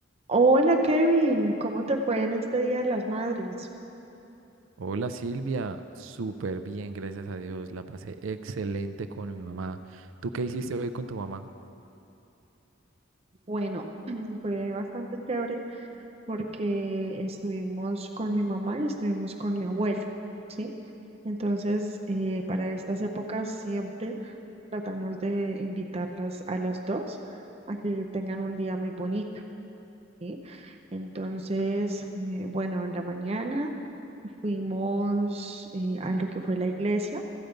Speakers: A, on the right; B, on the right.
A: Hola Kevin, ¿cómo te fue en este Día de las Madres?
B: Hola Silvia, súper bien, gracias a Dios. La pasé excelente con mi mamá. ¿Tú qué hiciste hoy con tu mamá?
A: Bueno, <clears throat> fue bastante chévere porque estuvimos con mi mamá y estuvimos con mi abuelo, ¿sí? Entonces, eh, para estas épocas siempre tratamos de invitarlas a las dos a que tengan un día muy bonito, ¿sí? Entonces, eh, bueno, en la mañana fuimos eh, a lo que fue la iglesia.